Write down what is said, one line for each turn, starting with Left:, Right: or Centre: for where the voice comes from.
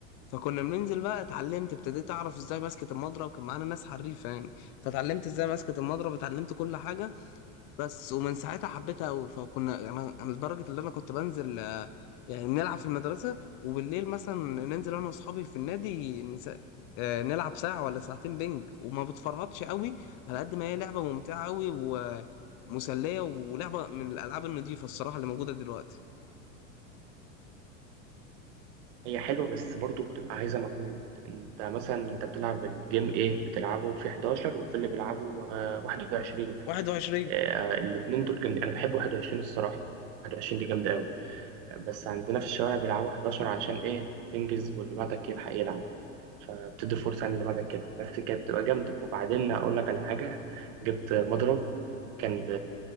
Left: فكنا بننزل بقى اتعلمت ابتديت اعرف ازاي ماسكه المضرب كان معانا ناس حريفه يعني فتعلمت ازاي ماسكه المضرب اتعلمت كل حاجه بس ومن ساعتها حبيتها أوي فكنا يعني أنا لدرجة اللي أنا كنت بنزل آه، يعني نلعب في المدرسة وبالليل مثلا ننزل أنا وأصحابي في النادي نس... آه، نلعب ساعة ولا ساعتين بينج وما بتفرهدش أوي على قد ما هي لعبة ممتعة أوي ومسلية ولعبة من الألعاب النضيفة الصراحة اللي موجودة دلوقتي
Right: هي حلوة بس برضو بتبقى عايزة مجهود أنت مثلا أنت بتلعب الجيم إيه بتلعبه في 11 وفي اللي بيلعبه آه، 21
Left: 21
Right: آه، الاتنين دول جامدين انا بحب 21 الصراحه 21 دي جامده قوي بس عندنا في الشوارع بيلعبوا 11 عشان ايه تنجز واللي بعدك يلحق يلعب فبتدي فرصه يعني اللي بعدك كده بس كانت بتبقى جامده وبعدين اقول لك على حاجه جبت مضرب كان ب